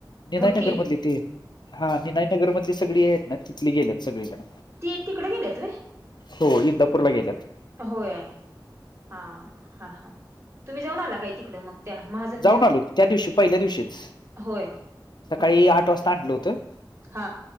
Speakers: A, on the left (about 65°); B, on the right (about 35°).
A: निनायनगर
B: मोठी
A: मधली ते, हा निनाय नगर मधले सगळी आहेत ना, तिथले गेल्यात सगळे जण.
B: ती तिकडे गेलेत व्हय.
A: हो इंदापूरला गेल्यात.
B: होय हा हा हा, तुम्ही जाऊन आला काय तिकड मग त्या महाजनच्यात.
A: जाऊन आलो त्या दिवशी पहिल्या दिवशीच
B: होय.
A: सकाळी
B: हम्म
A: आठ वाजता आणलं होतं.
B: हा,